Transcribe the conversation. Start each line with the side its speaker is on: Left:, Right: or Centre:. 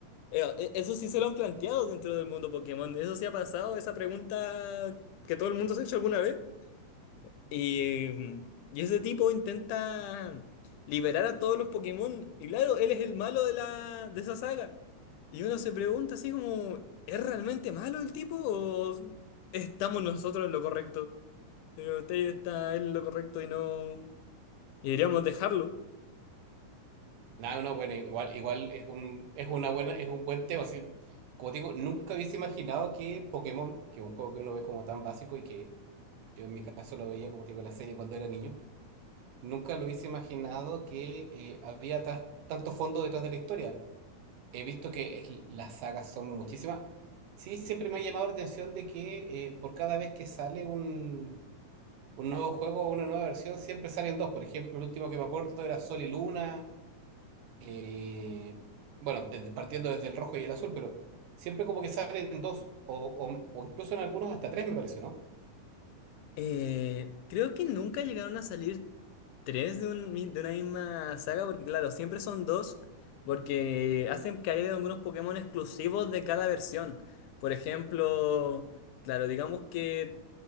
Left: Eh, e- Eso sí se lo han planteado dentro del mundo Pokémon, eso sí ha pasado, esa pregunta que todo el mundo se ha hecho alguna vez. Y, mm, y ese tipo intenta liberar a todos los Pokémon. Y claro, él es el malo de la, de esa saga. Y uno se pregunta así como, ¿es realmente malo el tipo o estamos nosotros en lo correcto? Pero usted está en lo correcto y no... Y deberíamos dejarlo.
Right: No, no, bueno, igual, igual es un, es una buena, es un buen tema. Así, como te digo, nunca hubiese imaginado que Pokémon, que es un juego que uno ve como tan básico y que yo en mi caso lo veía, como te digo, en la serie cuando era niño, nunca lo hubiese imaginado que eh, había ta- tanto fondo detrás de la historia. He visto que es- las sagas son muchísimas. Sí, siempre me ha llamado la atención de que eh, por cada vez que sale un un nuevo juego o una nueva versión, siempre salen dos. Por ejemplo, el último que me acuerdo era Sol y Luna. eh, bueno, desde- partiendo desde el rojo y el azul, pero siempre como que salen dos, o, o- o incluso en algunos hasta tres, me parece, ¿no?
Left: Eh, creo que nunca llegaron a salir tres de, un mi- de una misma saga, porque claro, siempre son dos, porque hacen que haya algunos Pokémon exclusivos de cada versión. Por ejemplo, claro, digamos que